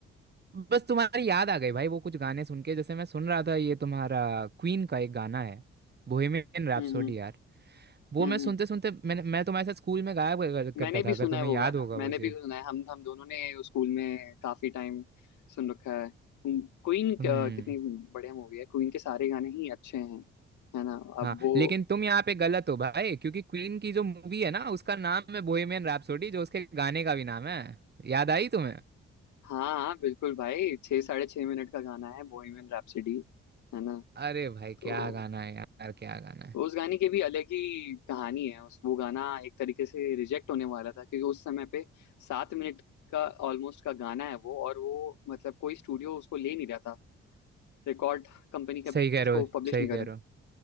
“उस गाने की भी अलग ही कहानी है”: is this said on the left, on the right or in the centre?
Left